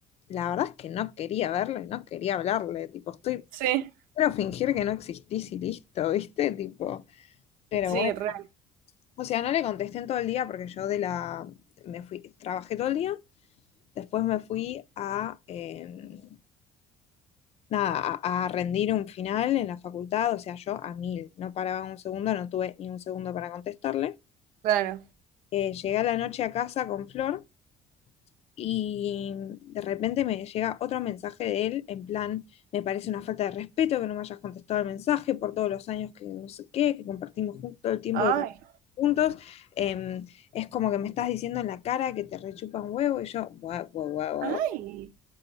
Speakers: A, on the left (about 45°); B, on the right (about 75°).
A: la verdad es que no quería verlo y no quería hablarle, tipo, estoy,
B: Sí,
A: quiero fingir que no existís y listo, ¿viste? Tipo, pero
B: sí,
A: bueno,
B: re,
A: o sea, no le contesté en todo el día porque yo de la, me fui, trabajé todo el día. Después me fui a, eh, nada, a, a rendir un final en la facultad, o sea, yo a mil, no paraba un segundo, no tuve ni un segundo para contestarle.
B: claro.
A: Eh, llegué a la noche a casa con Flor y de repente me llega otro mensaje de él en plan, me parece una falta de respeto que no me hayas contestado el mensaje por todos los años que no sé qué, que compartimos juntos, todo el tiempo
B: Ay,
A: que juntos, em, es como que me estás diciendo en la cara que te rechupa un huevo y yo, guau, guau, guau, guau,
B: ay.